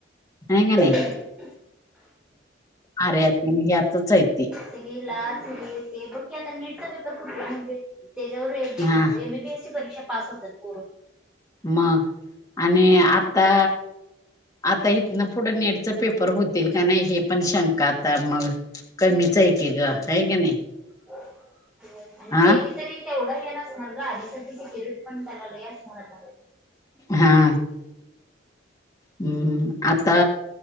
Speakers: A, on the left; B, in the centre.
A: हाय
B: सुद्धा
A: कनिय, आर्यातन ह्यातच हायतती.
B: ते ही लाच हे ते बघकी आता नेटचा पेपर फुटला म्हणजे? तेज्यावर एमबीबीएसची
A: हा
B: परीक्षा पास होत्यात पोरं.
A: म, आणि आता
B: मग
A: आता हितन पुढं नेटच पेपर होतील का नाही हे पण शंका आता मग कमीच आहे की ग, हाय कि नाही?
B: आणि
A: हा
B: केली. तरी तेवढं हे नसणार ग, आधीसाठी ते सेकुरीटी पण त्याला लय असणार.
A: हा! हम्म, आता